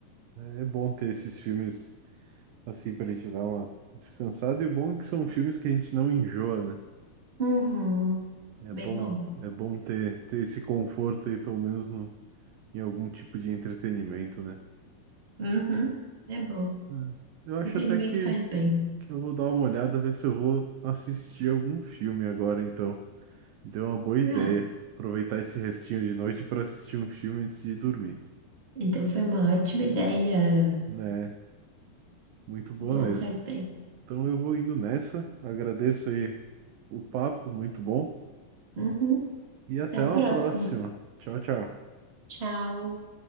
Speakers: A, on the right; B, on the right.
A: É é bom ter esses filmes assim pra gente dar uma descansada. E o bom é que são filmes que a gente não enjoa, né?
B: Uhum,
A: É
B: bem
A: bom,
B: bom.
A: é bom ter, ter esse conforto aí, pelo menos no, em algum tipo de entretenimento, né?
B: Uhum, é bom.
A: É. Eu acho
B: Entretenimento
A: até que
B: faz bem.
A: Eu vou dar uma olhada, ver se eu vou assistir algum filme agora, então. Deu uma boa ideia.
B: Ah,
A: Aproveitar esse restinho de noite para assistir um filme antes de dormir.
B: então foi uma ótima ideia.
A: É, muito boa
B: Bom,
A: mesmo.
B: faz bem.
A: Então eu vou indo nessa. Agradeço aí o papo, muito bom.
B: Uhum,
A: E até
B: até a próxima.
A: uma próxima. Tchau, tchau.
B: Tchau.